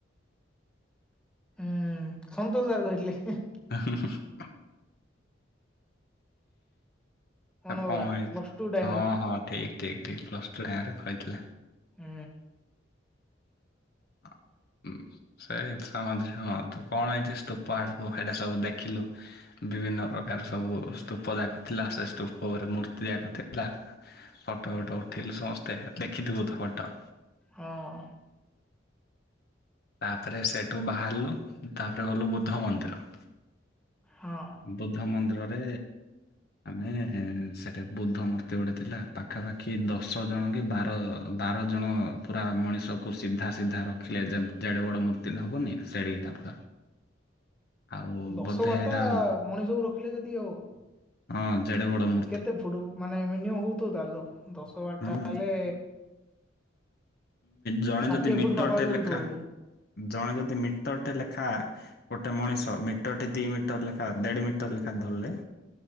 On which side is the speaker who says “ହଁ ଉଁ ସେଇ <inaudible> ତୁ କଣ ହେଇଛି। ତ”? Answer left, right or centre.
Left